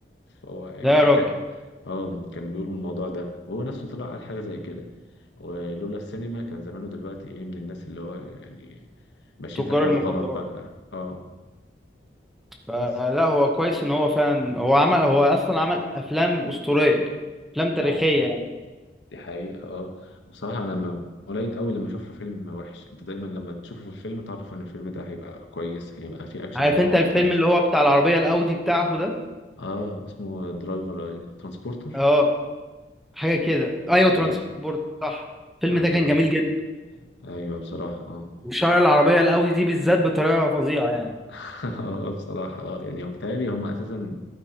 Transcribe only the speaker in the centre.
لا يا
راجل
تجار
المخدرات
فلا
هو كويس ان هو فعلا هو عمل هو اصلا عمل افلام اسطوريه افلام تاريخيه
يعني
عارف
انت
الفيلم اللي هو بتاع العربيه الاودي بتاعته ده
اه حاجه كده ايوه ترانسبورت
صح الفيلم
ده كان جميل جدا
وشهر العربيه الاودي دي بالذات بطريقه فظيعه يعني